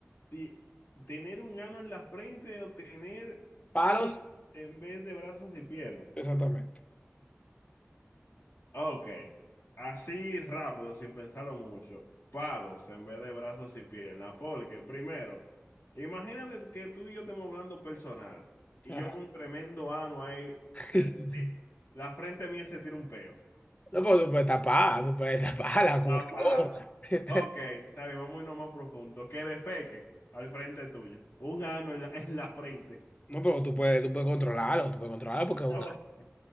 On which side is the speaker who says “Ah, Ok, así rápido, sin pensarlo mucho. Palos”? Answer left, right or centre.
Left